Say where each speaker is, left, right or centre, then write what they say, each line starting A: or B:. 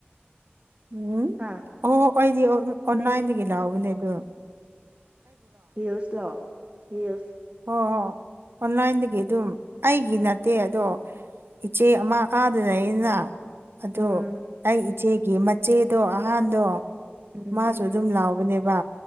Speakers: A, on the right; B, on the right.
A: ꯎꯝ
B: ꯍꯥ
A: ꯑꯣ ꯑꯩꯗꯤ ꯑꯣꯅꯥꯥꯏꯟꯗꯒꯤ
B: ꯅꯦꯛ
A: ꯂꯑꯣꯕꯅꯦ ꯑꯗꯨ
B: ꯍꯤꯜꯁ ꯂꯣ ꯍꯤꯜꯁ
A: ꯍꯣꯏ
B: <unintelligible>
A: ꯍꯣꯏ ꯑꯣꯟꯂꯥꯏꯟꯗꯒꯤ ꯑꯗꯨꯝ ꯑꯩꯒꯤ ꯅꯠꯇꯦ ꯑꯗꯣ ꯏꯆꯦ ꯑꯃ ꯀꯥꯗ ꯂꯩꯌ‌ꯦꯗꯅ ꯑꯗꯣ
B: ꯎꯝ
A: ꯑꯩ ꯏꯆꯦꯒꯤ ꯃꯆꯦꯗꯣ ꯑꯍꯥꯟꯕꯗꯣ
B: ꯎꯝ
A: ꯃꯥꯁꯨ
B: ꯎꯝ
A: ꯑꯗꯨꯝ ꯂꯥꯎꯕꯅꯦꯕ